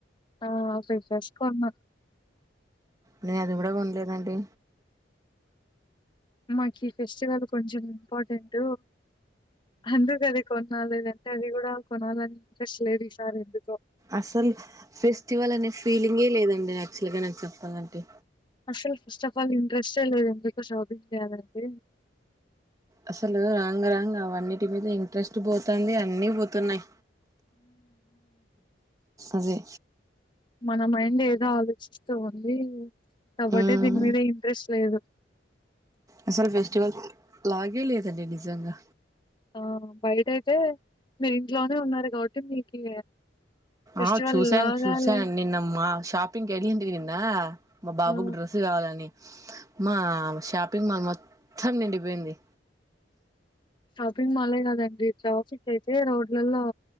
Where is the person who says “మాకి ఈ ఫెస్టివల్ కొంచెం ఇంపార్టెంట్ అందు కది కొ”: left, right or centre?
Left